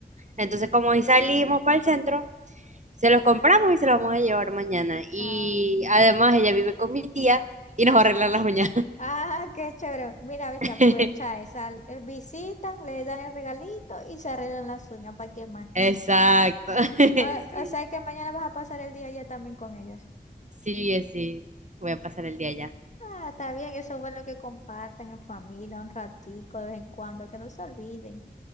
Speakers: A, on the right; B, on the left.
A: Entonces, como hoy salimos para el centro, se los compramos y se los vamos a llevar mañana. Y
B: Ah, mm.
A: además ella vive con mi tía y nos va a arreglar las uñas.
B: ah, qué chévere. Mira, viste,
A: <laughs>
B: aprovecha esa. eh, Visitan, le dan el regalito y se arreglan las uñas. ¿Para qué más?
A: Exacto. <laughs>
B: O,
A: Sí,
B: o sea que mañana vas a pasar el día allá también con ellos.
A: sí, eh, sí. Voy a pasar el día allá.
B: Ah, está bien, eso es bueno que compartan en familia un ratico de vez en cuando, que no se olviden.